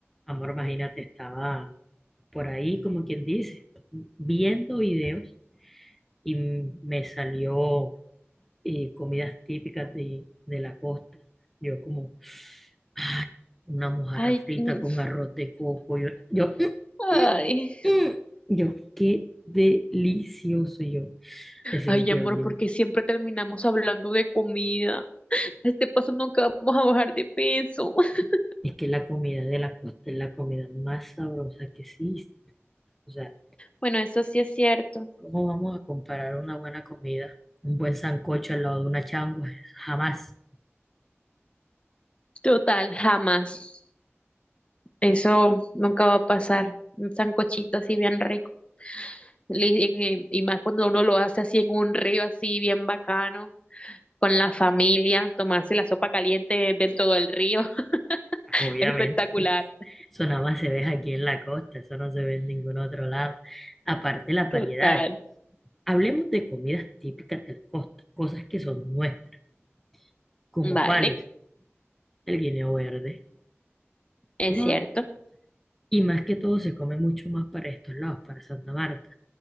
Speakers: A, in the centre; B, on the left.
A: Amor, imagínate, estaba por ahí, como quien dice, viendo videos y me salió eh, comidas típicas de, de la costa. Yo como, ay, una mojarra
B: Ay,
A: frita
B: mm,
A: con arroz de coco. Yo, yo, "Mm,
B: ay,
A: mm, mm". Yo, qué delicioso. Yo, definitivamente.
B: ay, amor, porque siempre terminamos hablando de comida. A Este paso nunca vamos a bajar de peso. <laughs>
A: Es que la comida de la costa es la comida más sabrosa que existe. O sea,
B: Bueno, eso sí es cierto.
A: ¿Cómo vamos a comparar una buena comida, un buen sancocho al lado de una changua? Jamás,
B: Total, jamás. Eso nunca va a pasar. Un sancochito así bien rico. Le- en- Y más cuando uno lo hace así en un río, así bien bacano, con la familia, tomarse la sopa caliente dentro del río. <laughs>
A: obviamente.
B: Espectacular.
A: Eso nada más se ve aquí en la costa, eso no se ve en ningún otro lado. Aparte las
B: Total.
A: variedades. Hablemos de comidas típicas de la costa, cosas que son nuestras, como
B: Vale.
A: cuáles, el guineo verde.
B: Es
A: Tú no
B: cierto.
A: ves- Y más que todo se come mucho más para estos lados, para Santa Marta.